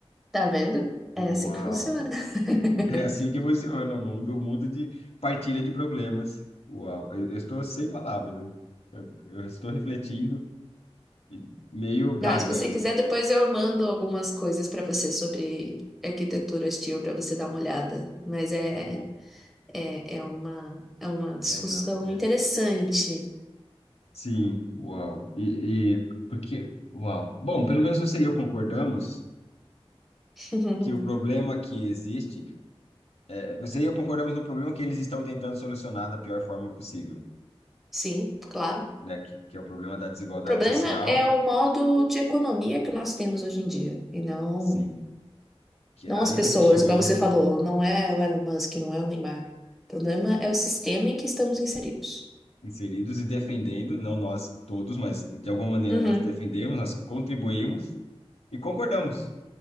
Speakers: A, in the centre; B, on the left (about 80°).
A: Tá vendo? É assim
B: Uau.
A: que funciona. <laughs>
B: É assim que funciona o mundo, o mundo de partilha de problemas. Uau, eu, eu estou sem palavras. Eu, eu- eu estou refletindo e meio gago
A: Não, se você
B: ainda.
A: quiser, depois eu mando algumas coisas pra você sobre arquitetura hostil pra você dar uma olhada. Mas é,
B: Bom,
A: é, é uma, é uma discussão
B: é não, é.
A: interessante.
B: Sim, uau. E, e porque, uau. Bom, pelo menos você e eu concordamos
A: <laughs>
B: que o problema que existe, é, você e eu concordamos no problema que eles estão tentando solucionar da pior forma possível,
A: Sim, claro.
B: né? Que, que é o problema da desigualdade
A: O problema
B: social.
A: é o modo de economia que nós temos hoje em dia, e não,
B: Sim. Que
A: não
B: aí
A: as pessoas,
B: você chegou
A: igual você
B: onde
A: falou, não é o Elon Musk, não é o Neymar. O problema é o sistema em que estamos inseridos.
B: inseridos e defendendo, não nós todos, mas de alguma maneira
A: Uhum,
B: nós defendemos, nós contribuímos e concordamos.